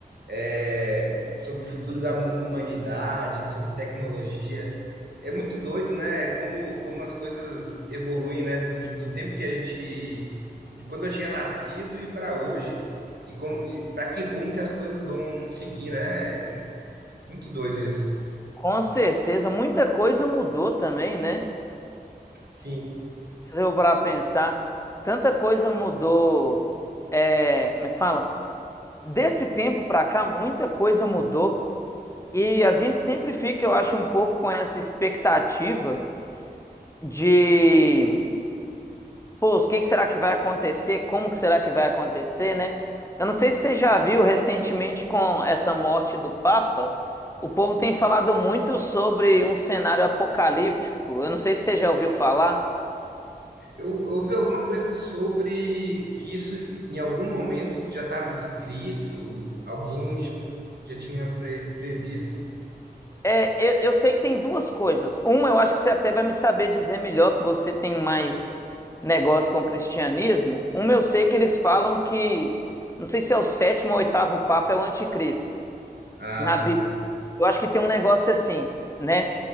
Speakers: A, on the right; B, on the left.
A: é, sobre o futuro da humanidade, sobre tecnologia. É muito doido, né? Como, como as coisas evoluem, né? Do, do tempo que a gente, de quando eu tinha nascido e para hoje, e como, e para que rumo que as coisas vão seguir, né? Muito doido isso.
B: com certeza, muita coisa mudou também, né?
A: Sim.
B: Se você for parar pra pensar, tanta coisa mudou. é, como é que fala? Desse tempo pra cá, muita coisa mudou. E a gente sempre fica, eu acho, um pouco com essa expectativa de Pô, o que que será que vai acontecer? Como que será que vai acontecer, né? Eu não sei se você já viu recentemente com essa morte do Papa, o povo tem falado muito sobre um cenário apocalíptico. Eu não sei se você já ouviu falar.
A: Eu eu ouvi alguma coisa sobre que isso em algum momento já estava escrito, alguém já, já tinha pre- previsto,
B: É, eu, eu sei que tem duas coisas. Uma, eu acho que você até vai me saber dizer melhor, que você tem mais negócio com o cristianismo. Uma, eu sei que eles falam que, não sei se é o sétimo ou oitavo Papa, é o anticristo,
A: ah,
B: na Bíblia. Eu acho que tem um negócio assim, né?